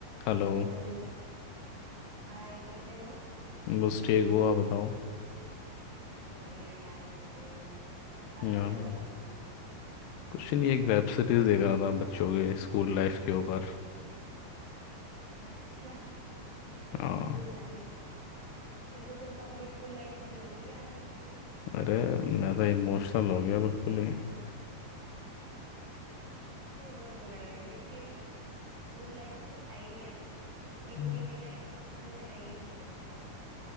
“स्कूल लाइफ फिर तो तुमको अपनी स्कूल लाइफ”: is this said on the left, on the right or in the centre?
Right